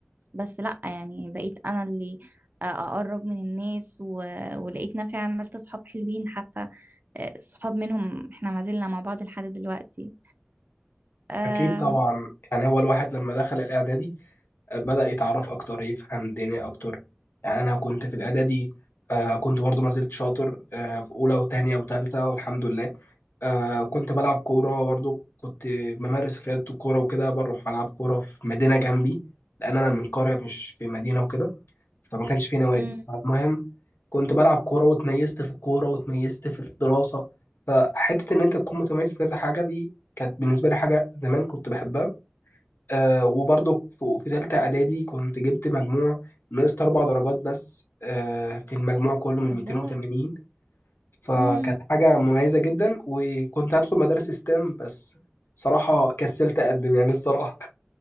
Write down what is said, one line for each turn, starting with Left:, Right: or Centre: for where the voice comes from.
Right: بس لا يعني بقيت انا اللي اقرب من الناس و... ولقيت نفسي عملت صحاب حلوين حتى آه، صحاب منهم احنا ما زلنا مع بعض لحد دلوقتي آه...
Left: اكيد طبعا يعني هو الواحد لما دخل الاعدادي آه، بدأ يتعرف اكتر يفهم الدنيا اكتر يعني انا كنت في الاعدادي آه كنت برضه ما زلت شاطر آه في اولى وتانية وتالتة والحمد لله آه كنت بلعب كورة برضه كنت بمارس رياضة الكورة وكده بروح ألعب كورة في مدينة جنبي لأن أنا من قرية مش في مدينة وكده فما كانش في نوادي
Right: مم،
Left: فالمهم كنت بلعب كورة واتميزت في الكورة واتميزت في الدراسة فحتة إن أنت تكون متميز في كذا حاجة دي كانت بالنسبة لي حاجة زمان كنت بحبها آه وبرضو في في تالتة إعدادي كنت جبت مجموع نقصت أربع درجات بس آه في المجموع كله من
Right: الله
Left: 280 فكانت
Right: امم
Left: حاجة مميزة جدا وكنت هدخل مدارس ستام بس صراحة كسلت أقدم يعني الصراحة